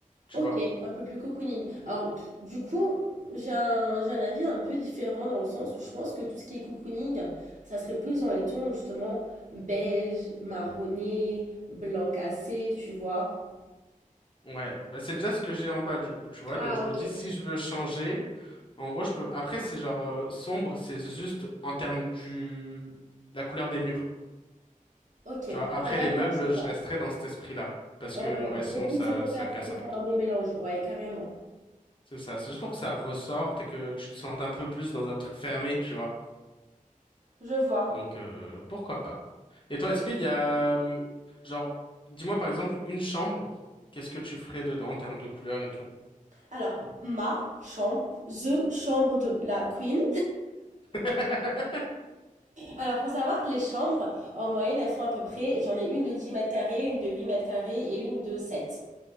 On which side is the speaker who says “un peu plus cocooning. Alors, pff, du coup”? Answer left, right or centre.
Right